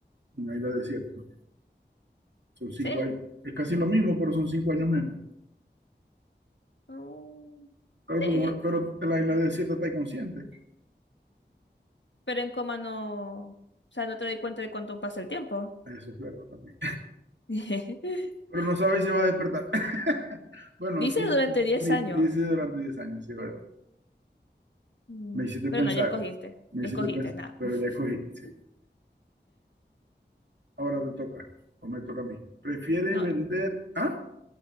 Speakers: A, on the right; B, on the left.
A: una isla desierta. Son cinco
B: Sí,
A: años, es casi lo mismo, pero son cinco años menos.
B: uh,
A: Claro,
B: sí,
A: porque una- pero la isla desierta está inconsciente.
B: pero en coma no, o sea, no te doy cuenta de cuánto pasa el tiempo.
A: Eso es verdad también.
B: <laughs>
A: Pero no sabes si va a despertar. <laughs> Bueno,
B: Dice
A: di-
B: durante diez
A: di-
B: años,
A: dice durante 10 años, sí, verdad.
B: Mm,
A: Me hiciste
B: pero
A: pensar,
B: no, ya escogiste,
A: me
B: ya
A: hiciste
B: escogiste,
A: pensar,
B: nada.
A: pero
B: <laughs>
A: ya cogí, sí. Ahora te toca, o me toca a mí. ¿Prefieres
B: No,
A: vender? Ah,